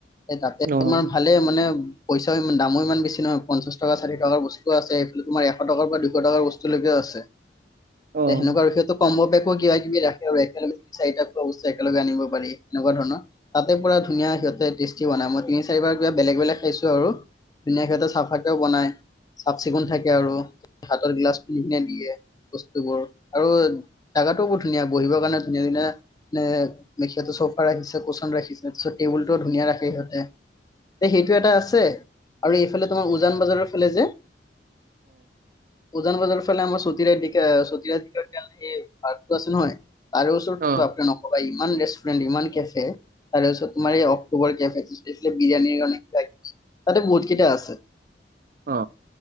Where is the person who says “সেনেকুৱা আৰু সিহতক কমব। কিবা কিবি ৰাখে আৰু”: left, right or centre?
Left